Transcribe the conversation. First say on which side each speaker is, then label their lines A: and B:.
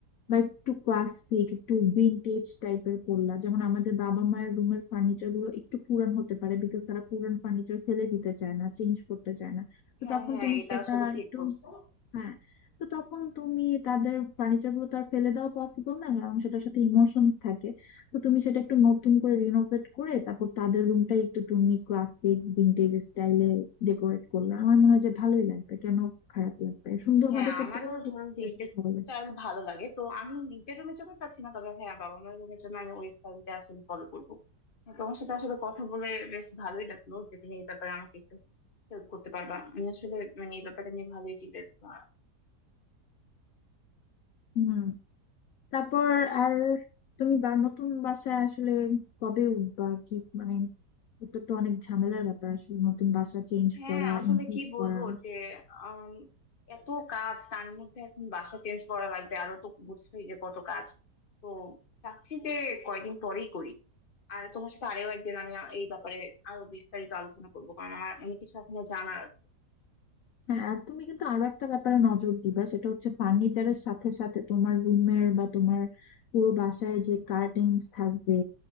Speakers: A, on the left (about 65°); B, on the left (about 35°).
A: বা একটু ক্লাসিক একটু ভিন্টেজ টাইপের করলা যেমন আমাদের বাবা মায়ের রুমের ফার্নিচার গুলো একটু পুরান হতে পারে বিকজ তারা পুরান ফার্নিচার ফেলে দিতে চায় না চেঞ্জ করতে চায় না তো
B: হ্যাঁ
A: তখন
B: হ্যাঁ
A: তুমি
B: এটা
A: সেটা
B: আসলে ঠিক
A: একটু
B: বলছো
A: হ্যাঁ তো তখন তুমি তাদের ফার্নিচার গুলো তো আর ফেলে দেওয়া পসিবল না কারণ সেটার সাথে ইমোশনস থাকে তো তুমি সেটা একটু নতুন করে রিনোভেট করে তারপর তাদের রুমটাই একটু তুমি ক্লাসিক ভিন্টেজ স্টাইলে ডেকোরেট করলে আমার মনে হয় যে ভালোই লাগবে কেন খারাপ লাগবে সুন্দরভাবে
B: হ্যাঁ
A: করতে
B: আমারও
A: পারলে সত্যি
B: ধরো ভিন্টেজ
A: আসলে ভালো লাগবে
B: স্টাইল ভালো লাগে তো আমি নিজের রুমের জন্য চাচ্ছি না তবে হ্যাঁ বাবা মায়ের রুমের জন্য আমি ওই স্টাইলটা আসলে ফলো করবো আর তোমার সাথে আসলে কথা বলে বেশ ভালোই লাগলো যে তুমি এই ব্যাপারে আমাকে একটু হেল্প করতে পারবা আমি আসলে মানে এই ব্যাপারটা নিয়ে ভালোই চিন্তা
A: হুম তারপর আর তুমি বা নতুন বাসায় আসলে কবে উঠবা কি মানে এটা তো অনেক ঝামেলার ব্যাপার আসলে নতুন বাসা চেঞ্জ
B: হ্যাঁ
A: করা
B: আসলে
A: ইমপ্রুভ
B: কি বলবো
A: করা
B: যে আম, এত কাজ তার মধ্যে এখন বাসা চেঞ্জ করা লাগবে আরো তো বুঝছোই যে কত কাজ তো চাচ্ছি যে কয়দিন পরেই করি আর তোমার সাথে আরো একদিন আমি আ- এই ব্যাপারে আরো বিস্তারিত আলোচনা করবো কারণ আমার অনেক কিছু এখনো জানার আছে।
A: হ্যাঁ আর তুমি কিন্তু আরো একটা ব্যাপারে নজর দিবা সেটা হচ্ছে ফার্নিচারের সাথে সাথে তোমার রুমের বা তোমার পুরো বাসায় যে কার্টেন্স থাকবে